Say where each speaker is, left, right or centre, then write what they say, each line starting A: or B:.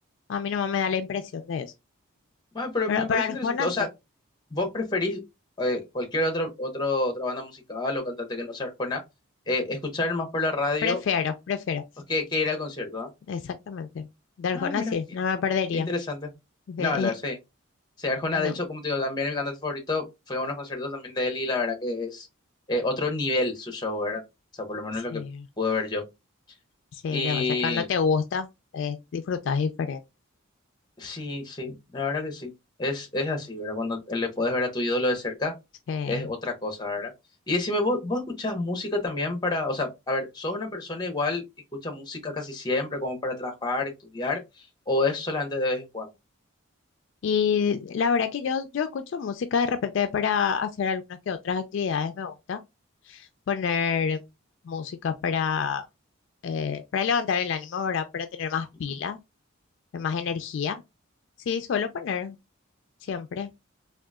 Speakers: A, on the left; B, on the left.
A: a mí no me da la impresión de eso.
B: Ah, pero
A: Pero
B: me
A: para
B: parece
A: Arjona
B: interesante. O
A: sí,
B: sea, ¿vos preferís eh, cualquier otro, otro, otra banda musical o cantante que no sea Arjona, eh, escuchar más por la radio
A: prefiero, prefiero.
B: que, que ir al concierto? ah?
A: Exactamente. De Arjona
B: Ah, mira,
A: sí,
B: qué
A: no me perdería.
B: interesante.
A: De-
B: No, hablar, sí. Sí, Arjona,
A: <laughs>
B: de hecho,
A: no,
B: como te digo, también es mi cantante favorito fue a unos conciertos también de él y la verdad que es eh, otro nivel su show, ¿verdad? O sea, por lo menos
A: sí,
B: lo que pude ver yo.
A: sí,
B: Y
A: lo que pasa es que cuando te gusta, eh, disfrutas diferente.
B: sí, sí, la verdad que sí. Es, es así, ¿verdad? Cuando le puedes ver a tu ídolo de cerca,
A: Sí.
B: es otra cosa, ¿verdad? Y decime, ¿vos, vos escuchás música también para, o sea, a ver, ¿sos una persona igual que escucha música casi siempre, como para trabajar, estudiar, o es solamente de vez en cuando?
A: Y la verdad que yo, yo escucho música de repente para hacer algunas que otras actividades, me gusta poner música para, eh, para levantar el ánimo, ¿verdad? Para tener más
B: Ujú,
A: pila, más energía. Sí, suelo poner siempre.